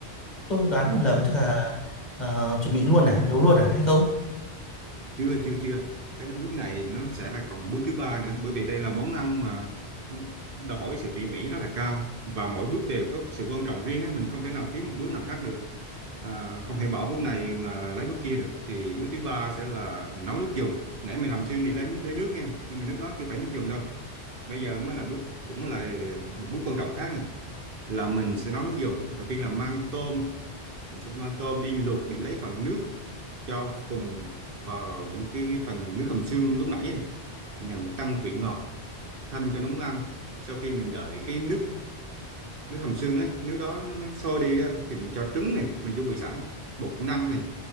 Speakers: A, on the left; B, on the right.
A: Tôi đoán
B: ừ,
A: không lầm chắc là ờ, chuẩn bị luôn à, nấu luôn à hay không?
B: chưa chưa chưa cái bước này nó sẽ là còn bước thứ ba nữa bởi vì đây là món ăn mà nó đòi hỏi sự tỉ mỉ rất là cao và mỗi bước đều có sự quan trọng riêng á, mình không thể nào thiếu một bước nào khác được À, không thể bỏ bước này mà lấy bước kia được thì bước thứ ba sẽ là mình nấu nước dùng nãy mình hầm xương thì lấy lấy nước nha nhưng mà nước đó chưa phải nước dùng đâu bây giờ mới là bước cũng là một bước quan trọng khác này là mình sẽ nấu nước dùng đầu tiên là mang tôm mình sẽ mang tôm đi luộc để lấy phần nước cho cùng vào cái phần nước hầm xương lúc nãy này nhằm để tăng vị ngọt thanh cho nóng ăn sau khi mình đợi cái nước nước hầm xương ấy nước đó nó, nó sôi đi á, thì mình cho trứng này mình chuẩn bị sẵn bột năng này